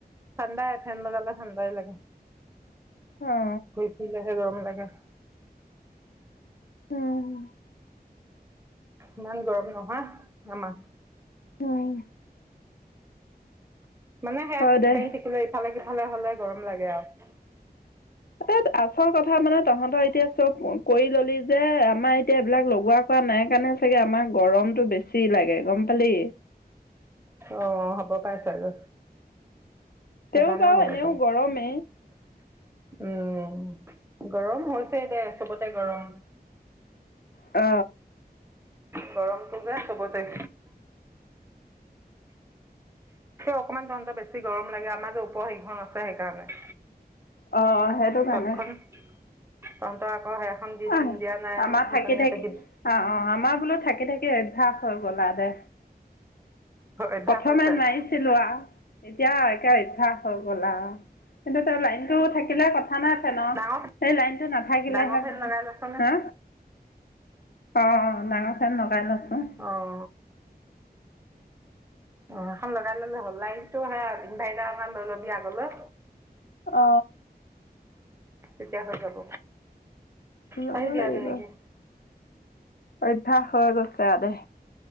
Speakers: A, on the right; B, on the left.
A: ঠাণ্ডাই ফেন লগালে ঠাণ্ডাই লাগে
B: অ
A: ঘুৰি ফুৰিলে হে গৰম লাগে
B: উম
A: ইমান গৰম নহয় আমা
B: উম
A: মানে সেয়া
B: হয়
A: খোজকাঢ়ি
B: দে
A: থাকিলে ইফালে সিফালে হ'লে গৰম লাগে আৰু
B: এ আচল কথা মানে তহঁতৰ এতিয়া চব কৰি ললি যে আমাৰ এতিয়া এইবিলাক লগোৱা লগোৱা নাই কাৰণে চাগে আমাক গৰমটো বেছি লাগে গম পালি
A: অ হ'ব পাৰে ছাগৈ
B: তেও
A: সেইকাৰণেও
B: বাৰু
A: হ'ব
B: এনেও
A: পায়
B: গৰমেই
A: উম গৰম হৈছে দে চবতে গৰম
B: অ
A: গৰমটো যে চবতে অকণমান ধৰ বেছি গৰম লাগে আমাৰ যে ওপৰত সেইখন আছে সেইকাৰণে
B: অ অ কাৰণে
A: চতখন তহঁতৰ আকৌ সেইখন দি দিয়া
B: অ',
A: নাই
B: আমাৰ
A: আৰু সেইকাৰণে
B: থাকি থাকি
A: এতিয়া
B: অ অ আমাৰ বোলো থাকি থাকি অভ্যাস হৈ গ'লা আৰু দে
A: অভ্যাস
B: প্ৰথমে
A: হৈছে
B: নাই লোৱা এতিয়া একে অভ্যাস হৈ গ'ল আৰু কিন্তু তেওঁ লাইনতটো থাকিলে ক কথা নাই ফেনৰ
A: ডাঙৰ
B: সেই লাইনটো নাথাকিলেহে
A: ডাঙৰ ফেন
B: মানে
A: লগাই লৈছনে
B: হা অ অ ডাঙৰ ফেন লগাই লোইছো
A: উ অ এখন লগাই ললে হ'ল লাইনটো সেই ইনভাইটাৰ এখন লৈ ল'বি আগলৈ
B: অ
A: তেতিয়া হৈ যাব
B: ল'ব
A: পাইবি
B: লাগিব
A: আৰু তেনেকে
B: অভ্যাস হৈ গৈছে আৰু দে